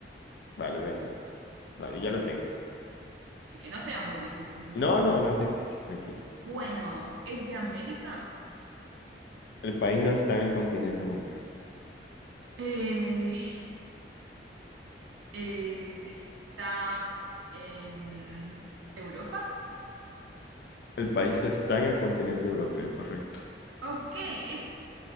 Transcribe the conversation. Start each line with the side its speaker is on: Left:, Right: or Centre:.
Left: vale, venga. Vale, ya lo tengo.
Right: Así que no sea muy difícil, ¿no?
Left: No, no, no es difícil, tranquila.
Right: Bueno, ¿es de América?
Left: El país no está en el continente americano.
Right: Eh, eh, ¿está en Europa?
Left: El país está en el continente europeo, correcto.
Right: Ok, ¿es